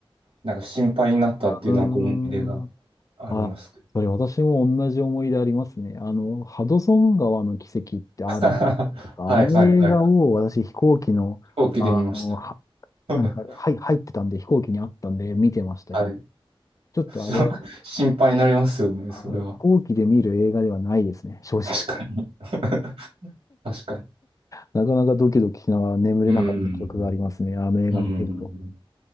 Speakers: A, on the right (about 85°); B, on the left (about 35°).
A: なんか心配になったっていうなんか思い出が
B: ーん。
A: ありますけど。
B: あ、それ私も同じ思い出ありますね。あの、ハドソン川の奇跡ってある
A: <laughs>
B: あの映画を私飛行機の、
A: はいはいはい。飛行機で見ました。
B: あの、は、
A: <laughs>
B: なんですか、はい、入ってたんで飛行機にあったんで見てましたけど、
A: はい。
B: ちょっとあれは、
A: <laughs> 心配になりますよね、
B: あ飛行機で見る映画ではないですね、
A: それは。
B: 正直。
A: 確かに。<laughs> 確かに。
B: なかなかドキドキしながら眠れなかった記憶がありますね、
A: うん。
B: あの映画見てると。
A: うん。